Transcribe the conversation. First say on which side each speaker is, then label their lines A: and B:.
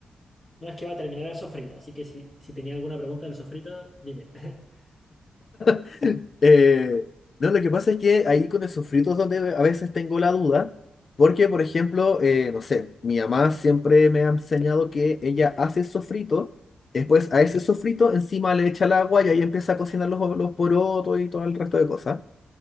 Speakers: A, on the left; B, on the left.
A: No es que va a terminar el sofrito, así que si, si tenía alguna pregunta del sofrito, dime. <laughs>
B: <laughs> Eh, no, lo que pasa es que ahí con esos fritos donde a veces tengo la duda, porque por ejemplo, eh, no sé, mi mamá siempre me ha enseñado que ella hace sofrito, después a ese sofrito encima le echa el agua y ahí empieza a cocinar los, los porotos y todo el resto de cosas.